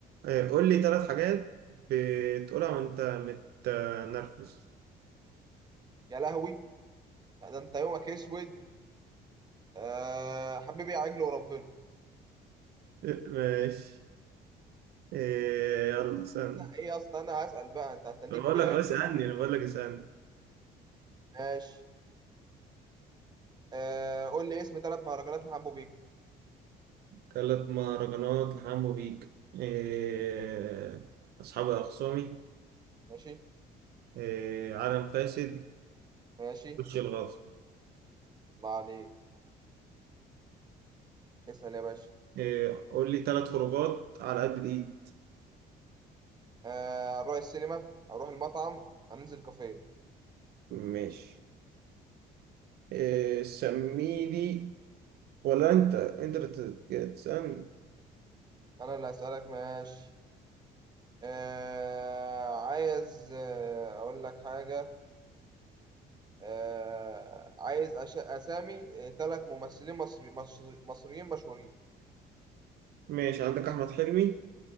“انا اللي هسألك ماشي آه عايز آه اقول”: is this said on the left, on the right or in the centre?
Right